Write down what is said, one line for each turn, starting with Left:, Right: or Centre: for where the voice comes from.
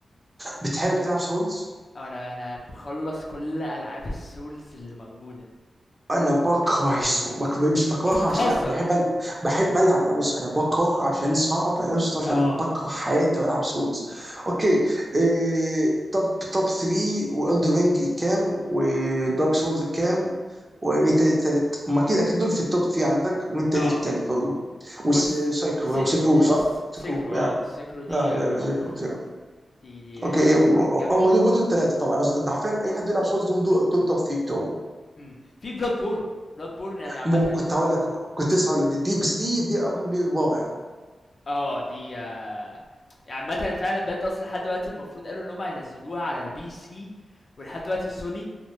Right: بتحب بتلعب سولز
Left: انا انا مخلص كل العاب السولز اللي موجوده
Right: انا بكره
Left: ك-
Right: السوق
Left: كل...
Right: بك... مش بكرهها
Left: انت بتهزر
Right: عشان لا بحب أل... بحب العب العاب السوق انا بكره عشان صعب يا اسطى عشان
Left: اه
Right: بكره حياتي والعب سولز اوكي إيه... توب توب 3 والدر رينج كام ودارك سولز كام ومين تاني التالت؟ ما اكيد اكيد دول في التوب 3 عندك ومين تاني
Left: اه
Right: في التالت برضه؟ وسايكو
Left: بص س...
Right: وسيكو صح؟
Left: س...
Right: سيكو
Left: سكرو اه
Right: يعني
Left: سكرو دي
Right: لا لا
Left: آه، اوف
Right: سيكو سيكو
Left: دي دي
Right: اوكي
Left: آه،
Right: هم
Left: جامده
Right: دول هم دول الثلاثه طبعا ده حرفيا اي حد بيلعب سولز دول دول توب 3 بتوعه
Left: امم في بلاد بورن بلاد بورن يعني عامه
Right: مو كنت هقول لك كنت لسه هقول لك دي, دي بس دي دي ارجوبلي رابع
Left: اه دي آه، يعني عامه فعلا بجد اصلا لحد دلوقتي المفروض قالوا ان هم هينزلوها على البي سي ولحد دلوقتي سوني